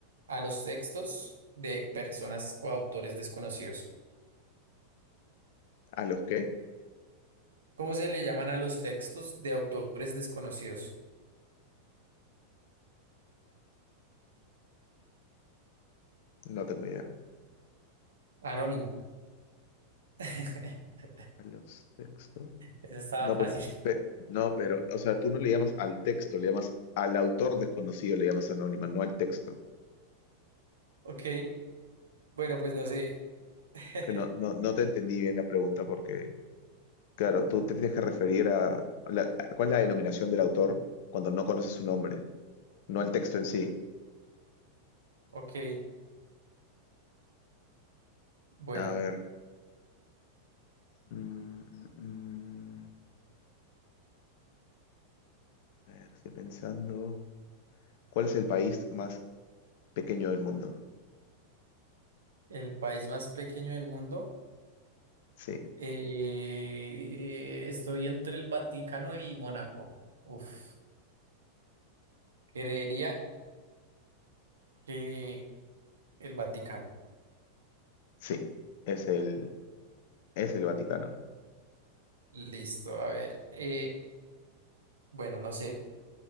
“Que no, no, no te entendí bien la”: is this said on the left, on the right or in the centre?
Left